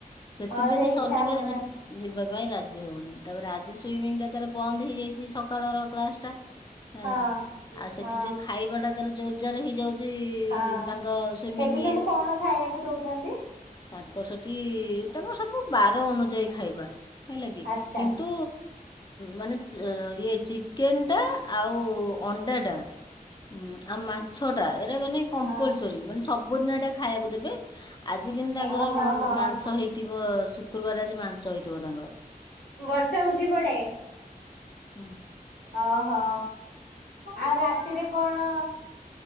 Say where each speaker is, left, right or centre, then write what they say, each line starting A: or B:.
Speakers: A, on the left; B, on the left.
A: ସେଥିପାଇଁ
B: ହଁ
A: ସେ
B: ଇଚ୍ଛା
A: ଶନିବାର
B: ହଉନାହାନ୍ତି।
A: ଯ ଯିବ ପାଇଁ ରାଜି ହଉନି ତାପରେ ଆଜି ସୁଇମିଂ ଟା ତାର ବନ୍ଦ ହେଇଯାଇଛି ସକାଳର କ୍ଲାସ୍ଟା ହେଲା
B: ହଁ
A: ଆଉ ସେଠି
B: ହଁ
A: ଯୋଉ ଖାଇବାଟା ତର ଯୋଉ ଜାର ହେଇଯାଉଛି
B: ହଁ
A: ତାଙ୍କ ସୁଇମିଂ
B: ସେଠି ସବୁ କଣ ଖାଇବାକୁ ଦଉଛନ୍ତି?
A: ତାଙ୍କ ସେଠି ତାଙ୍କୁ ସବୁ ବାର ଅନୁଯାୟୀ ଖାଇବା। ହେଲା କିି
B: ଆଚ୍ଛା
A: କିନ୍ତୁ ମାନେ ଇଏ ଚିକେନଟା ଆଉ ଅଣ୍ଡାଟା ହଁ ଆମ ଛଟା ମାନେ ଙ୍କମ୍ପଲ୍
B: ହଁ
A: ସୋରି <unintelligible> ଖାଇବାକୁ ଦେବେ ଆଜି କିନ୍ତୁ ତାଙ୍କର
B: ଓହୋ ହଁ।
A: ମାଂସ ହେଇ ଶୁକ୍ରବାର ମାଂସ ହେଇଥିବ ତାଙ୍କର।
B: ବର୍ଷା ଉଠି ପଡେ।
A: ହଲା <inaudible>
B: ଓହୋ ଆଉ ରାତିରେ କଣ